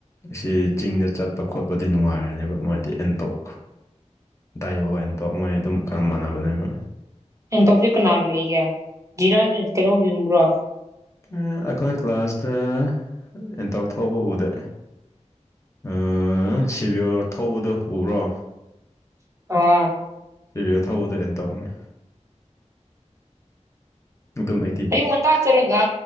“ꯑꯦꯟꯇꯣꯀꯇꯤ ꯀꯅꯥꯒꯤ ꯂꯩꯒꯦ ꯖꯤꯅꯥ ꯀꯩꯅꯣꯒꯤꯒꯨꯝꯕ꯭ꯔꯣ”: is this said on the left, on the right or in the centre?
Right